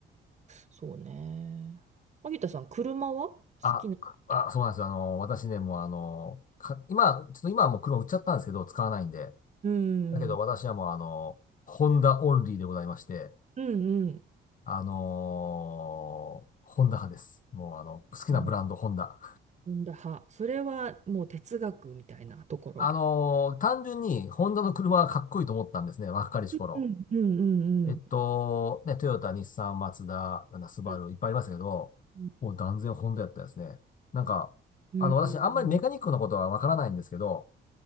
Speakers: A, on the right; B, on the left.
A: そうね。萩田さん、車は好きな。
B: あ、あ、そうなんですよ。あの、私ね、もうあの、か、今、ちょっと今はもう車売っちゃったんですけど、使わないんで。
A: うん。
B: だけど私はもうあの、
A: うん
B: ホンダオンリーでございまして、
A: うん。
B: あのーホンダ派です。もうあの、好きなブランド、
A: うん。
B: ホンダ。
A: ホンダ派。それはもう哲学みたいなところ。
B: あのー単純にホンダの車がかっこいいと思ったんですね、若かりし頃。
A: うんうんうん
B: えっと、ね、トヨタ、日産、マツダ、なんだ、スバル、
A: う
B: いっぱいありますけど、
A: ん
B: もう断然ホンダやったですね。なんか、
A: うんうん
B: あの、私、あんまりメカニックのことはわからないんですけど、